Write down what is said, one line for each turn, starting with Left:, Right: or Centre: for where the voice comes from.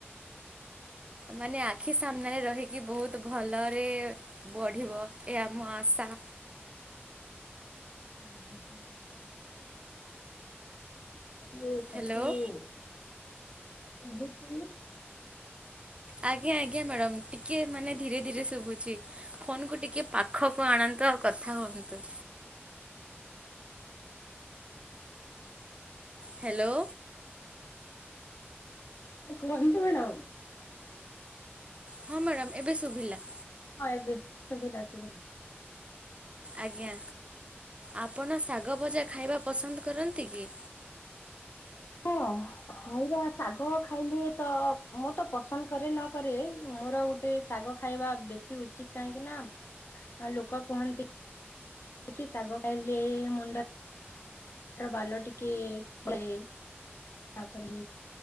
Right: ମାନେ ଆଖି ସାମ୍ନାରେ ରହିକି ବହୁତ ଭଲରେ ବଢ଼ିବ ଏହା ମ ଆଶା
Left: <inaudible> ମୁଁ
Right: ହ୍ୟାଲୋ
Left: ତାକୁ ଶୁଭୁଚି
Right: ଆଜ୍ଞା ଆଜ୍ଞା ମ୍ୟାଡ଼ାମ ଟିକେ ମାନେ ଧୀରେ ଧୀରେ ଶୁଭୁଛି ଫୋନ କୁ ଟିକେ ପାଖକୁ ଆଣନ୍ତୁ ଆଉ କଥା ହୁଅନ୍ତୁ ହ୍ୟାଲୋ
Left: କୁହନ୍ତୁ ମ୍ୟାଡ଼ାାମ
Right: ହଁ ମ୍ୟାଡ଼ାମ ଏବେ ଶୁଭିଲା
Left: ହଁ ଏବେ ଶୁଭିଲା ଶୁଭିଲା
Right: ଆଜ୍ଞା ଆପଣ ଶାଗ ଭଜା ଖାଇବା ପସନ୍ଦ କରନ୍ତି କି
Left: ହଁ ଖାଇବା ଶାଗ ଖାଇଲେ ତ ମୁଁ ତ ପସନ୍ଦ କରେ ନ କରେ ମୋର ଗୋଟେ ଶାଗ ଖାଇବା ବେଶୀ ଉଚିତ୍ କାହିଁକି ନା ଲୋକ କୁହନ୍ତି କି ଶାଗ ଖାଇଲେ ମୁଣ୍ଡ ବାଲ ଟିକେ <unintelligible> ତାପରେ